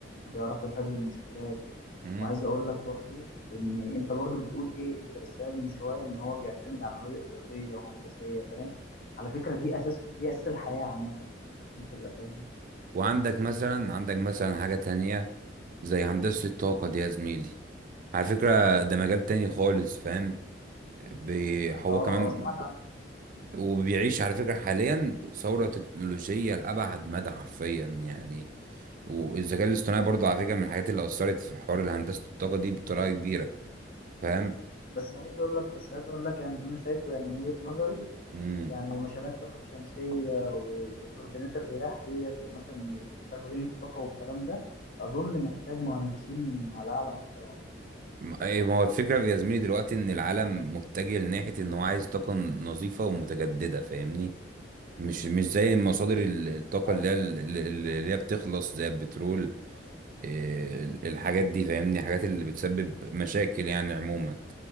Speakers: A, on the left (about 55°); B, on the right (about 45°).
A: وبيعرفوا يحلوا المشكلات
B: مم.
A: وعايز اقول لك برضو ان انت برضو بتقول ايه انت لسه قايل من شويه ان هو بيعتمد على مبادئ رياضيه وهندسيه فاهم على فكره دي اساس دي اساس الحياه عامه انت تبقى فاهم
B: وعندك مثلا عندك مثلا حاجة تانية زي هندسة الطاقة دي يا زميلي على فكرة ده مجال تاني خالص فاهم بي- هو
A: اه
B: كمان
A: اه سمعت عنها
B: وبيعيش على فكرة حاليا ثورة تكنولوجية لأبعد مدى حرفيا يعني والذكاء الاصطناعي برضه على فكرة من الحاجات اللي أثرت في حوار هندسة الطاقة دي بطريقة كبيرة فاهم؟
A: بس عايز اقول لك بس عايز اقول لك يعني اللي انا شايفه يعني من وجهه نظري
B: امم
A: يعني مشاريع الطاقه الشمسيه و- والتوربينات الرياح ديت ومثلا تخزين الطاقه والكلام ده اظن محتاج مهندسين على اعلى مستوى
B: ايه ما هو الفكرة يا زميلي دلوقتي إن العالم متجه لناحية إن هو عايز طاقة نظيفة ومتجددة فاهمني؟ مش مش زي مصادر ال- الطاقة
A: ايوه
B: اللي هي اللي اللي هي بتخلص زي البترول إيه، الحاجات دي فاهمني؟ الحاجات اللي بتسبب مشاكل يعني عموما